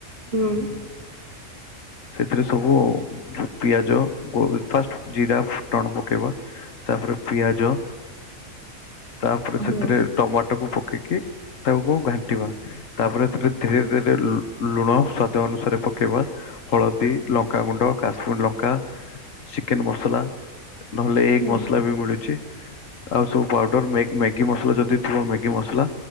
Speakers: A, on the right (about 45°); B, on the left (about 70°).
A: ହୁଁ।
B: ସେଥିରେ ସବୁ ପିଆଜ ଫାଷ୍ଟ ଜିରା ଫୁଟଣ ପକେଇବା। ତାପରେ ପିଆଜ। ତାପରେ ସେଥିରେ
A: ହୁଁ ହୁଁ
B: ଟମାଟୋକୁ ପକେଇକି ତାକୁ ଘାଣ୍ଟି ଯିବା ତାପରେ ଧୀରେ ଧୀରେ ଲୁଣ ସ୍ଵାଦ ଅନୁସାରେ ପକେଇବା ହଳଦୀ ଲଙ୍କାଗୁଣ୍ଡ କାଶ୍ମୀର ଲଙ୍କା। ଚିକେନ୍‌ ମସଲା ନହେଲେ ଏଗ୍
A: ହୁଁ
B: ମସଲା ବି ମିଳୁଛି। ଆଉ ସବୁ ପାଉଡର ମ୍ୟାଗି ମସଲା ଯଦି ଥିବ ମ୍ୟାଗି ମସଲା